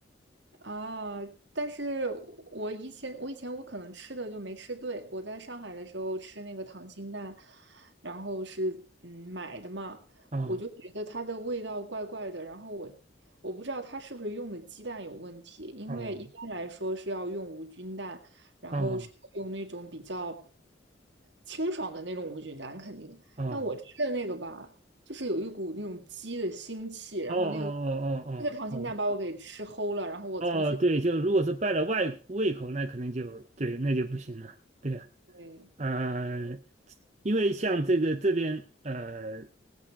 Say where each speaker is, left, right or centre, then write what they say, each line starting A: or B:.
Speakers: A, on the right; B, on the right.
A: 啊，但是我以前我以前我可能吃的就没吃对，我在上海的时候吃那个溏心蛋，然后是嗯买的嘛，
B: 哦
A: 我就觉得它的味道怪怪的，然后我我不知道它是不是用的鸡蛋有问题，因为一般来说是要用无菌蛋，
B: 哦
A: 然后是用那种比较
B: 哦
A: 清爽的那种无菌蛋肯定，
B: 哦
A: 但我吃的那个吧，就是有一股那种鸡的腥气，然后那个
B: 哦哦哦哦哦哦哦。
A: 那个溏心蛋把我给吃齁了，然后我从此
B: 哦，对，就如果是败了外胃口，那肯定就对，那就不行了。对呀。
A: 对，
B: 呃，因为像这个这边呃，